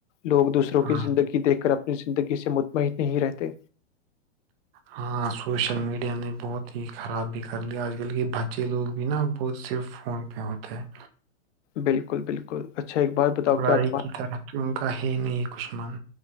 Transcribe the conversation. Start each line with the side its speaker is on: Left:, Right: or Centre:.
Left: لوگ دوسروں
Right: ہاں
Left: کی زندگی دیکھ کر اپنے اپنی زندگی سے مطمئن نہیں رہتے
Right: ہاں سوشل میڈیا نے بہت ہی خرابی کرل آج کل کے بچے لوگ بھی نا ب صرف فون پہ ہوتے ہیں
Left: بالکل بالکل اچھا ایک بات بتاؤ
Right: پڑائی
Left: کیا تمہار
Right: کی طرف تو ان کا ہی نہیں کچھ من